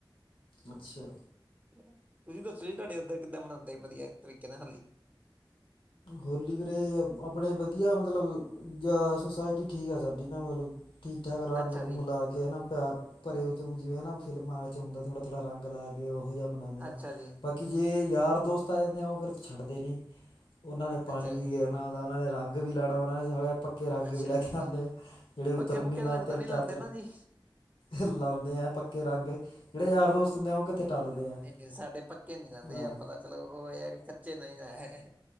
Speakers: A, on the left; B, on the right.
A: ਅੱਛਾ।
B: ਤੁਈ ਦੱਸੋ ਜੀ ਤੁਆਡੇ ਉਦਰ ਕਿੱਦਾਂ ਮਨਾਂਦੇ ਵਧੀਆ ਤਰੀਕੇ ਨਾਲ ਹੱਲੀ?
A: ਹੋਲੀ ਵੀਰੇ ਆਪਣੇ ਵਧੀਆ ਮਤਲਬ ਜਾਂ ਸੋਸਾਇਟੀ ਠੀਕ ਆ ਸਾਡੀ ਨਾ ਮਤਲਬ ਠੀਕ ਠਾਕ ਰੰਗ
B: ਅੱਛਾ
A: ਰੂੰਗ
B: ਜੀ
A: ਲਾ ਕੇ ਹਨਾ ਪਿਆਰ ਭਰੇ ਚ ਓ ਜਿਵੇਂ ਨਾ ਫਿਲਮਾ ਚ ਹੁੰਦਾ ਥੋੜਾ -ਥੋੜਾ ਰੰਗ ਲਾ ਕੇ ਉਹ ਜਾ ਲਾਨੇਂ
B: ਅੱਛਾ
A: ਆ
B: ਜੀ
A: ਬਾਕੀ ਜੇ ਯਾਰ ਦੋਸਤ ਆ ਜਾਂਦੇ ਆ ਓ ਫਿਰ ਛੱਡਦੇ ਨੀ। ਓਨਾਂ ਨੇ ਪਾਣੀ
B: ਅੱਛਾ
A: ਵੀ
B: ਜੀ
A: ਗੇਰਨਾ ਉਦਾ ਓਨਾ ਨਾਂ ਨੇ ਰੰਗ ਵੀ ਲਾਣਾ ਉਹਨਾਂ ਨੇ ਸਾਲੇ ਕੇ ਰੰਗ
B: ਅੱਛਾ
A: ਵੀ ਲੱਥ
B: ਜੀ
A: ਜਾਦੇ ਆ ਜੇੜੇ ਉਤਰਨ
B: ਪੱਕੇ ਪੁੱਕੇ
A: ਨਾ
B: ਰੰਗ
A: ਤਿੰਨ
B: ਤਾਂ ਨਹੀਂ ਲਾਉਂਦੇ
A: ਚਾਰ- ਚਾਰ
B: ਨਾ ਜੀ
A: ਹ ਲਾਂਦੇ ਆ ਪੱਕੇ ਰੰਗ ਜੇੜੇ ਯਾਰ ਦੋਸਤ ਹੁੰਦੇ ਆ ਓ ਕਿੱਥੇ ਟਲਦੇ ਆ।
B: ਐਨੇ ਸਾਡੇ ਧ ਕੇ ਨੀ ਜਾਂਦੇ
A: ਹਾਂ
B: ਜੀ ਆਪਾ ਚਲੋ ਓ ਏ ਹੈ ਕਿ ਕੱਚੇ ਨਈ ਆ ਹ